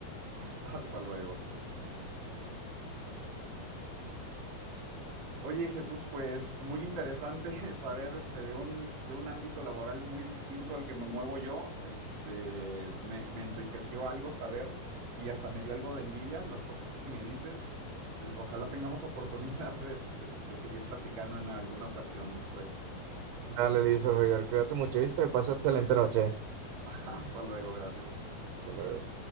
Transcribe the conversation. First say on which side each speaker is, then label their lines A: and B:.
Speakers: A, on the right (about 50°); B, on the right (about 85°).
A: <laughs> Hasta luego. Oye, Jesús, pues muy interesante <laughs> saber este, de un, de un ámbito laboral muy distinto al que me muevo yo. Este, me, me enriqueció algo saber y hasta me dio algo de envidia las cosas que me dices. Eh, Ojalá tengamos oportunidad de, de de seguir platicando en alguna ocasión después.
B: Dale, listo, Javier, cuídate mucho, ¿viste? Pasa excelente noche.
A: <laughs> Hasta luego, gracias.
B: Hasta luego.